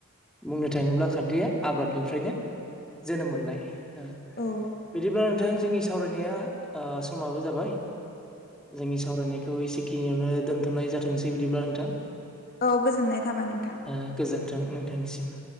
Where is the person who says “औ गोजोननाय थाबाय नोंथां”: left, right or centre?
Left